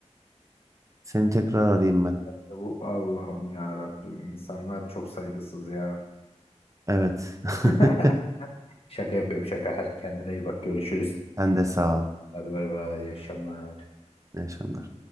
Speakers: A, on the right; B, on the left.
A: seni tekrar arayayım ben.
B: Ya bu Allah'ım ya Rabbim insanlar çok saygısız ya.
A: Evet. <laughs>
B: <laughs> Şaka yapıyorum şaka. Hadi kendine iyi bak görüşürüz.
A: Sen de sağ ol.
B: Hadi bay bay iyi akşamlar.
A: İyi akşamlar.